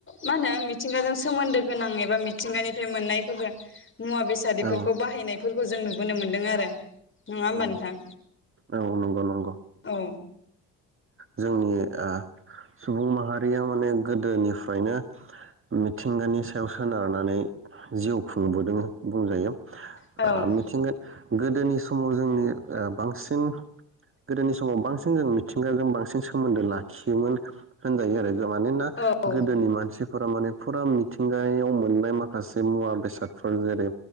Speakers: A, on the left (about 30°); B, on the right (about 30°).
A: मा होनो मिथिंगाजों सोमोन्दो गोनां एबा मिथिंगानिफ्राय मोननायफोरबो मुवा बेसादिफोर
B: औ
A: खौ बाहायनायफोरखौ जों नुबोनो मोन्दों आरो नङा होमबा
B: औ
A: नोंथां?
B: औ नंगौ नंगौ
A: औ
B: जोंनि ओ सुबुं माहारिया माने गोदोनिफ्रायनो मिथिंगानि सायाव सोनारनानै जिउ खुंबोदों बुंजायो।
A: औ
B: ओ मिथिंगोन गोदोनि समाव जोंनि ओ बांसिन गोदोनि समाव बांसिन जों मिथिंगाजों बांसिन सोमोन्दो लाखियोमोन। होनजायो आरो। मानोना
A: औ औ
B: गोदोनि मानसिफोरा माने फोरा मिथिंगायाव मोननाय माखासे मुवा बेसादफोर जेरै